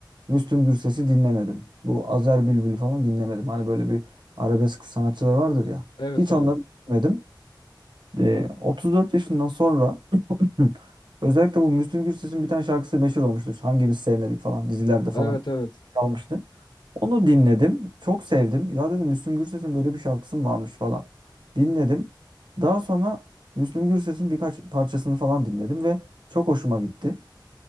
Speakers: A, on the right; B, on the left.
A: Müslüm Gürses'i dinlemedim. Bu Azer Bülbül falan dinlemedim. Hani böyle bir arabesk sanatçılar vardır ya.
B: Evet
A: Hiç
B: tabii.
A: onları dinlemedim. Ee, 34 yaşından sonra <clears throat> özellikle bu Müslüm Gürses'in bir tane şarkısı meşhur olmuştu. İşte Hangimiz sevmedik falan dizilerde falan
B: Evet evet.
A: çalmıştı. Onu dinledim. Çok sevdim. Ya dedim Müslüm Gürses'in böyle bir şarkısı mı varmış falan. Dinledim. Daha sonra Müslüm Gürses'in birkaç parçasını falan dinledim ve çok hoşuma gitti.